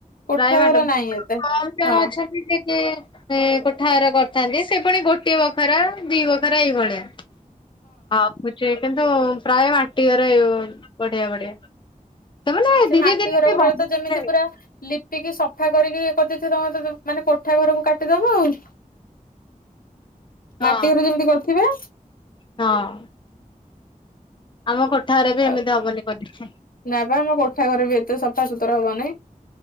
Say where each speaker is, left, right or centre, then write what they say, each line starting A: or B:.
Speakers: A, on the left (about 85°); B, on the left (about 35°).
A: କୋଠା
B: ରାଇମାଣ୍ଡ
A: ଘର ନାହିଁ ଏତେ।
B: କମ ଜଣ
A: ହଁ
B: ଅଛନ୍ତି ସେ ଯିଏ କୋଠାାର କରିଥାନ୍ତି ସେ। ପୁଣି ଗୋଟଏ ବଖରା ଦି ବଖରା ଏଇଭଳିଆ ହଁ ମୁଛେ କିନ୍ତୁ ପ୍ରାୟ ମାଟି ଘରେ ବଢିଆ ବଢିଆ ସେମାନେ
A: ସେ
B: ଧୀରେ
A: ମାଟି
B: ଧୀରେ
A: ଘର
B: ସେ
A: ଗୁଡ଼ାକ
B: ବନେଇବେ
A: ତ ଯେମିତି ପୁରା ଲିପିକି ସଫା କରିକି କରିଦେଇଛ ତମେ ତ ମାନେ କୋଠା ଘରକୁ କାଟିଦବ ଆଉ।
B: ହଁ
A: ମାଟି ଘର ଯେମିତି କରିଥିବେ।
B: ହଁ। ଆମ କୋଠାରେ ବି
A: ଆଉ
B: ଏମିତି ହବନି ପରୀକ୍ଷା।
A: ନା ବା ଆମ କୋଠା ଘରେ ବି ଏତେ ସଫାସତୁରା ହବନିଁ।